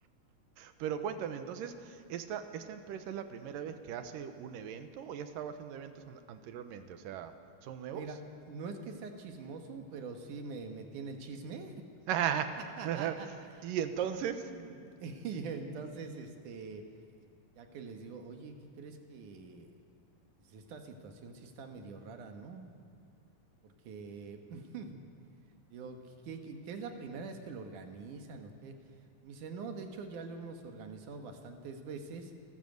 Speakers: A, on the right (about 85°); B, on the right (about 70°).
A: Pero cuéntame, entonces, ¿esta, esta empresa es la primera vez que hace un evento o ya estaba haciendo eventos an- anteriormente? O sea, ¿son nuevos?
B: Mira, no es que sea chismoso, pero sí me, me tiene el chisme.
A: <laughs>
B: <laughs>
A: Y entonces,
B: Mm, <laughs> Y entonces, este, ya que les digo, oye, ¿qué crees que pues, esta situación sí está medio rara, ¿no? Porque <laughs> digo, ¿qué, qué, qué es la primera vez que lo organizan o qué? Me dice, no, de hecho ya lo hemos organizado bastantes veces